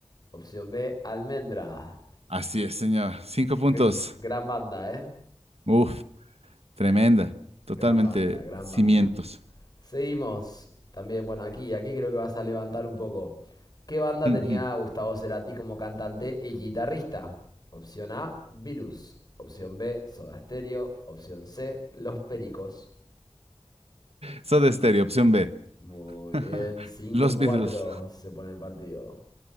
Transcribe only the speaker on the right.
Así es, señor. Cinco puntos.
Uf, tremenda. Totalmente
cimientos.
<laughs>
Soda Stereo, opción B.
<laughs>
Los
Beatles.